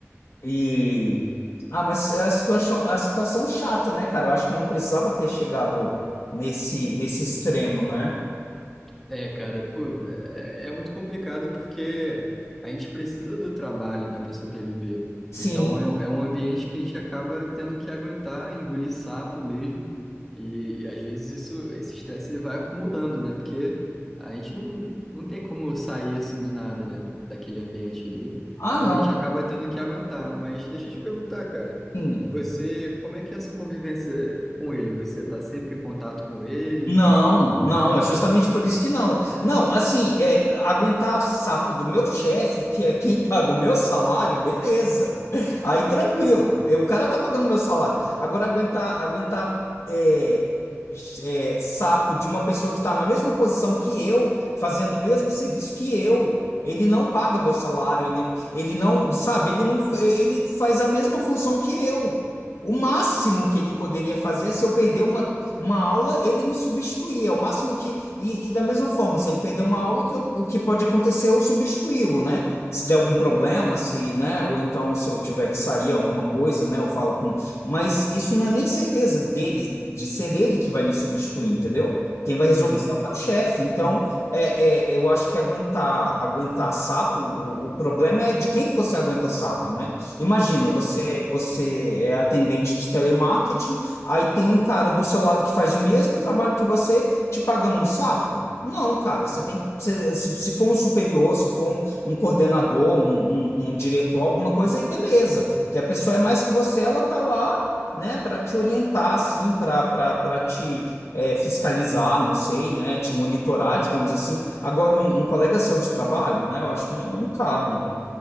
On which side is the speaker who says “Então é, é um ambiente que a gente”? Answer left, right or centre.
Centre